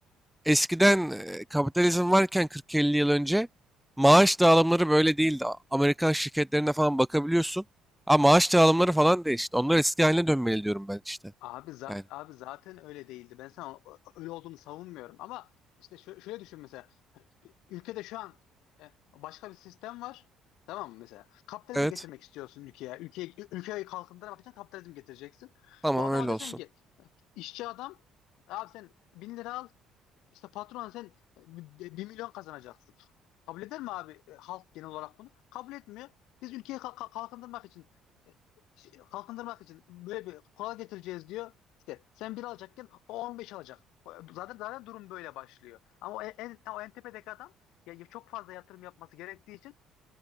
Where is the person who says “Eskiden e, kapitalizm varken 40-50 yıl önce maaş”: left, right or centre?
Centre